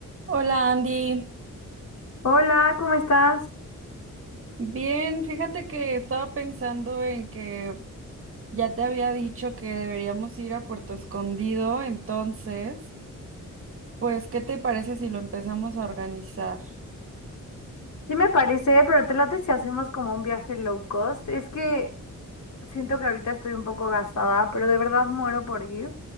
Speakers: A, on the right; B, on the left.
A: Hola Andy,
B: Hola, ¿cómo estás?
A: bien, fíjate que estaba pensando en que ya te había dicho que deberíamos ir a Puerto Escondido, entonces, pues, ¿qué te parece si lo empezamos a organizar?
B: Sí me parece, pero te late si hacemos como un viaje low cost. Es que siento que ahorita estoy un poco gastada, pero de verdad muero por ir.